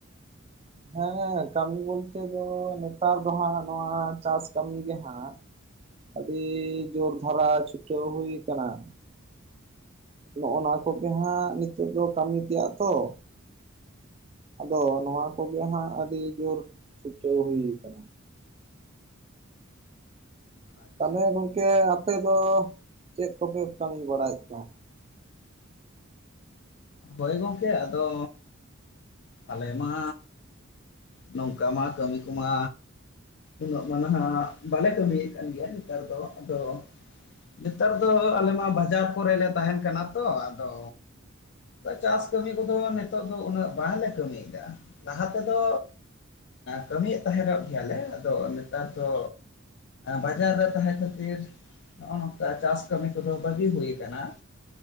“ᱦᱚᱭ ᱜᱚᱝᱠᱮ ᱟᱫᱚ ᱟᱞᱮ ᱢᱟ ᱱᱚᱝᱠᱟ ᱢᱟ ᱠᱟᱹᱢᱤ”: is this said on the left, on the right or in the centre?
Left